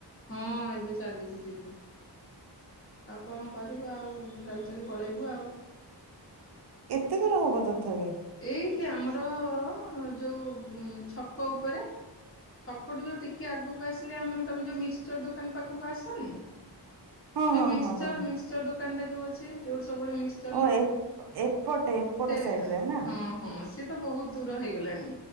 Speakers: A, on the left; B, on the right.
A: ହଁ ଏବେ ଚାଲିକି ଯିବୁ। ଆଉ କଣ କରିବୁ ଆଉ ଚାଲି ଚାଲି ପଳେଇବୁ ଆଉ।
B: ଏତେ ଦୂର ହବ ତଥାପି?
A: ଏଇଠି ଆମର ଯୋଉ ଉଁ, ଛକ ଉପରେ। ଛକ ଠୁ ଯୋଉ ଟିକେ ଆଗକୁ ଆସିଲେ, ଆମେ ତମେ ଯୋଉ ମିକ୍ସଚର ଦୋକାନ ପାଖକୁ ଆସନି।
B: ହଁ
A: ଯୋଉ
B: ହଁ
A: ମିକ୍ସଚର
B: ହଁ ହଁ
A: ମିକ୍ସଚର ଦୋକାନ ଟା ଯୋଉ ଅଛି ଯୋଉ ସବୁବେଳେ ମିକ୍ସଚର୍
B: ଓ
A: ନେଉ।
B: ଏ ଏପଟେ ଏପଟ
A: ସେ
B: ସାଇଡ ରେ ନା
A: ହଁ ହଁ ସିଏ ତ ବହୁତ ଦୂର ହେଇଗଲାଣି